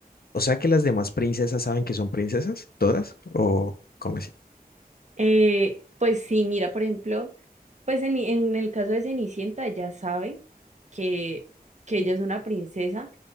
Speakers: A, on the left; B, on the right.
A: O sea que las demás princesas saben que son princesas, todas, o cómo así.
B: eh, pues sí, mira, por ejemplo. Pues en, en el caso de Cenicienta ya sabe que, que ella es una princesa,